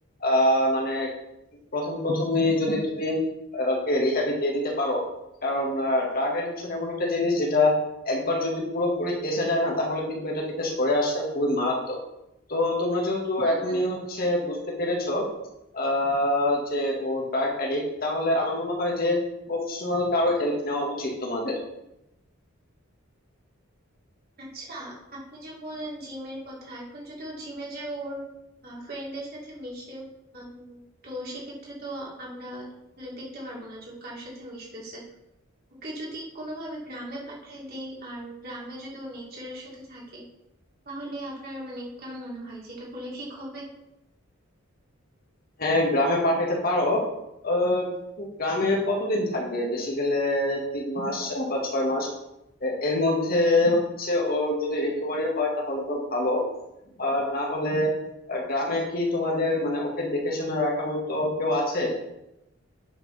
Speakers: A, on the left (about 45°); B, on the right (about 45°).
A: আহ মানে প্রথম প্রথমে যদি তুমি আহ, ওকে রিহ্যাবে দিয়ে দিতে পারো কারণ ড্রাগ অ্যাডিকশন এমন একটা জিনিস যেটা একবার যদি পুরোপুরি এসে যায় না তাহলে কিন্তু এটা থেকে সরে আসা খুবই মারাত্মক তো তোমরা যেহেতু
B: হুম
A: এখনই
B: হুম
A: হচ্ছে বুঝতে পেরেছো আহ যে ও ড্রাগ অ্যাডিক্ট তাহলে আমার মনে হয় যে প্রফেশনাল কারো হেল্প নেওয়া উচিত তোমাদের
B: আচ্ছা আপনি যে বললেন জিমের কথা এখন যদি ও জিমে যে ওর ফ্রেন্ডদের সাথে মিশে উম, তো সেক্ষেত্রে তো আমরা আসলে দেখতে পারবো না যে ও কার সাথে মিশতেছে ওকে যদি কোনোভাবে গ্রামে পাঠিয়ে দেই আর গ্রামে যদি ও নেচারের সাথে থাকে তাহলে আপনার মানে কেমন মনে হয় যে এটা করলে ঠিক হবে
A: হ্যাঁ গ্রামে পাঠাইতে পারো আহ, গ্রামে কতদিন থাকবে বেশি গেলে তিন মাস বা ছয় মাস এ- এর মধ্যে হচ্ছে ওর যদি রিকভারি হয় তাহলে তো ভালো আর না হলে আহ, গ্রামে কি তোমাদের মানে ওকে দেখে শুনে রাখার মতো কেউ আছে